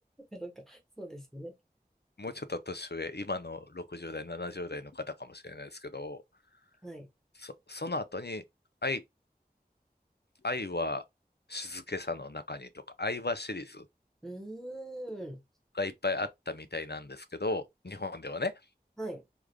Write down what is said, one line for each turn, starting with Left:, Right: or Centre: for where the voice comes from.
Centre: そうか、そうですよね。
Left: もうちょっと年上、今の60代、70代の方かもしれないですけど、
Centre: はい。
Left: そ、その後に愛、愛は静けさの中にとか、愛はシリーズ
Centre: うーん。
Left: がいっぱいあったみたいなんですけど、日本ではね。
Centre: はい。